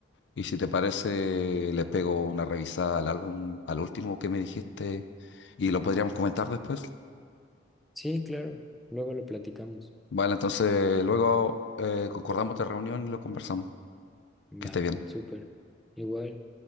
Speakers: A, on the left; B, in the centre.
A: Y si te parece, le pego una revisada al álbum, al último que me dijiste, y lo podríamos comentar después.
B: Sí, claro, luego lo platicamos.
A: Vale, entonces luego eh, concordamos de reunión y lo conversamos.
B: Va,
A: Que esté bien.
B: súper. Igual.